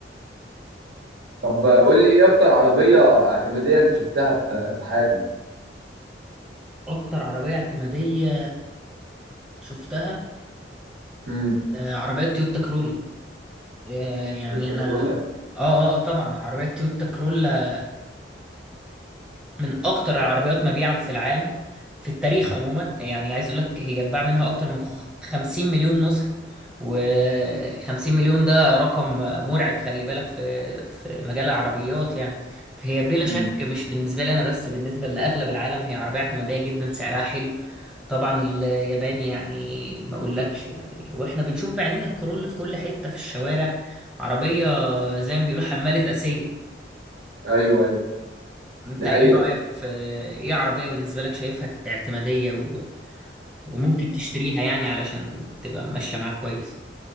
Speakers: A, on the right (about 80°); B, in the centre.
A: طب قول لي ايه اكتر عربية اعتمادية انت شفتها في في حياتك
B: اكتر عربية اعتمادية شفتها
A: امم
B: آه، عربيات تويوتا كرولا آه، يعني
A: الكورولا
B: انا اه اه آه، طبعا العربيات تويوتا كرولا من اكتر العربيات مبيعا في العالم في التاريخ عموما يعني عايز اقول لك هي اتباع منها اكتر من خ- 50 مليون نسخة و50 مليون ده رقم مرعب خلي بالك في في مجال العربيات يعني فهي بلا شك
A: امم
B: مش بالنسبة لي انا بس بالنسبة لاغلب العالم هي عربية اعتمادية جدا سعرها حلو طبعا اليابان يعني ما اقولكش يعني واحنا بنشوف بعينينا الكرول في كل حتة في الشوارع عربية زي ما بيقولوا حمالة آسية
A: ايوه ايوه
B: انت
A: دي
B: ايه
A: حقيقة
B: رأيك في ايه عربية بالنسبة لك شايفها اعتمادية و... وممكن تشتريها يعني علشان تبقى ماشية معاك كويس